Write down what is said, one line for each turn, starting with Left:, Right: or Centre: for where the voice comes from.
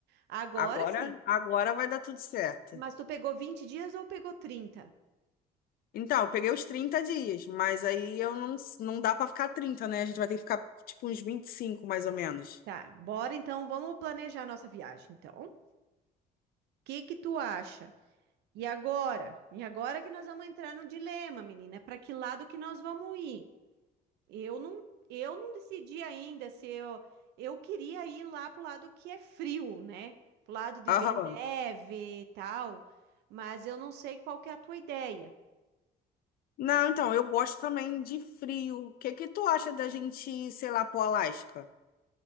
Right: Agora
Left: Agora,
Right: sim.
Left: agora
Right: Tá.
Left: vai dar tudo certo.
Right: Mas tu pegou 20 dias ou pegou 30?
Left: Então, eu peguei os 30 dias, mas aí eu não, não dá pra ficar 30, né? A gente vai ter que ficar tipo uns 25, mais ou menos.
Right: Tá, bora então, vamos planejar nossa viagem, então. O que que tu acha? E agora? E agora que nós vamos entrar no dilema, menina, para que lado que nós vamos ir? Eu não, eu não decidi ainda se eu, eu queria ir lá pro lado que é frio, né? Pro lado de
Left: Aham.
Right: ver neve e tal, mas eu não sei qual que é a tua ideia.
Left: Não, então, eu gosto também de frio. O que que tu acha da gente, ir, sei lá, pro Alasca?